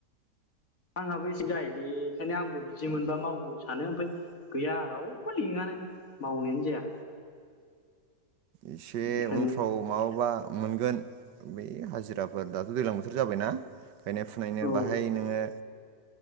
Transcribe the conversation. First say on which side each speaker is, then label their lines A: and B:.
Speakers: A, on the left (about 50°); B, on the right (about 80°).
A: आंहाबो <unintelligible> जायोलै ओंखायनो आंबो बिदि मोनबा मावगौ सानो ओमफाय गैया रावबो लिङानो मावनायानो जाया।
B: एसे
A: बेखायनो
B: उनफ्राव माबाबा मोनगोन बै हाजिराफोर दाथ' दैज्लां बोथोर जाबायना। गायनाय फुनायनो
A: औ
B: बाहाय नोङो